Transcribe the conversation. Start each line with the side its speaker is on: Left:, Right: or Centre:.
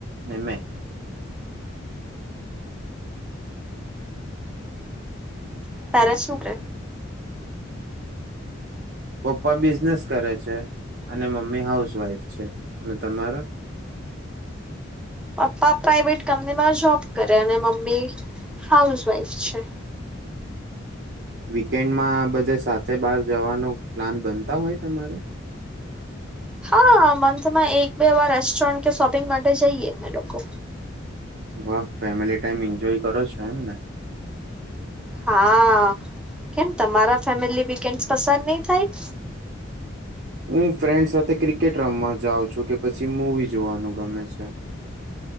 Right: અને મેં.
Centre: પેરેન્ટ્સ શું કરે?
Right: પપ્પા બિઝનેસ કરે છે. અને મમ્મી હાઉસવાઈફ છે. અને તમારો?
Centre: પપ્પા પ્રાાઈવેટ કંપનીમાં જોબ કરે. અને મમ્મી હાઉસવાઈફ છે.
Right: વીકેન્ડમાં બધે સાથે બહાર જવાનો પ્લાન બનતા હોય તમારે?
Centre: હા! મંથમાં એક બે એવા રેસ્ટોરન્ટ કે શોપિંગ માટે જઈએ અમે લોકો.
Right: વાહ! ફેમિલી ટાઈમ એન્જોય કરો છો. એમ ને?
Centre: હા! કેમ તમારા ફેમિલી વીકેન્ડ પસાર નહી થાય?
Right: હું ફ્રેન્ડ સાથે ક્રિકેટ રમવા જાઉં છું. કે પછી મૂવી જોવાનું ગમે છે.